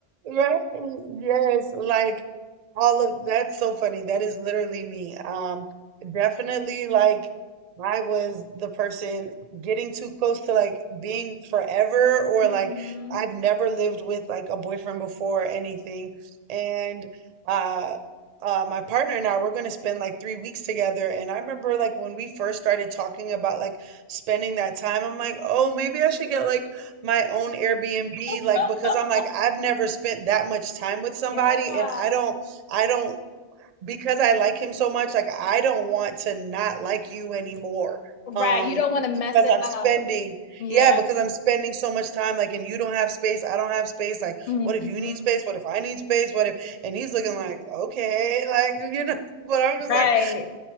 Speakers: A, on the right; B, on the left.
A: Right? Yes, like all of that's so funny. That is literally me. Um, definitely like I was the person getting too close to like being forever or
B: Mm-hmm.
A: like I've never lived with like a boyfriend before or anything. And uh uh my partner and I we're gonna spend like three weeks together. And I remember like when we first started talking about like spending that time, I'm like, oh maybe I should get like my own Airbnb
B: <laughs>
A: like because I'm like I've never spent that much time with somebody
B: Yeah.
A: and I don't I don't because I like him so much like I don't want to not like you anymore
B: Right.
A: um
B: You don't want to mess
A: because
B: it
A: I'm
B: up.
A: spending
B: Yeah.
A: yeah because I'm spending so much time like and you don't have space I don't have space like
B: hmm
A: what if you need space what if I need space what if and he's looking like okay like you know <laughs> but I'm just
B: Right.
A: like